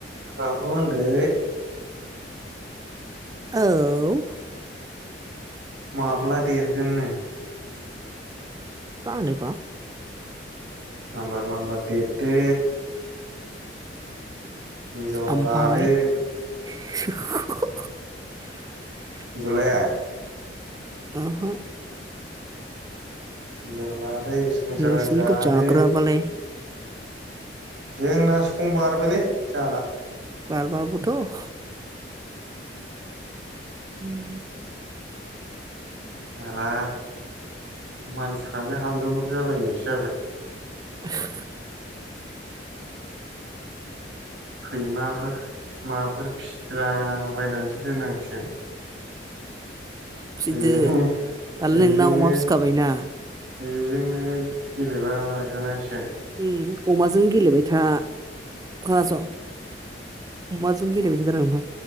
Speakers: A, on the right; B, on the right.
A: <inaudible> बाबु ओन्दै।
B: ओव
A: माब्ला देरगोननो।
B: बा होनो बा
A: मामबार मामबार देरदो। हिनजावा
B: ओमफाय
A: लादो।
B: <unintelligible>
A: जलाया।
B: ओहो।
A: <unintelligible> संसारा
B: नोंसिनिखौ
A: जादो।
B: जाग्राबालाय
A: जोंना सम बारबायलै जाला।
B: बारबा बोथ', <unintelligible>
A: जाला मानसिफ्रानो हांगोमोर जालायनायसो जाबाय
B: <unintelligible>
A: सैमाफोर माबाफोर फिसिला बायनानैसो दोननांसिगोन
B: फिसिदो
A: बेजोंनो
B: दालाय
A: बेजोंनो
B: नोंना अमा फिखाबायना ।
A: बेजोंनो गेलेबाय थानांसि
B: उम अमाजों गेलेबाय था खोनासं अमाजों गेलेबाय थादो आरो नोंथां?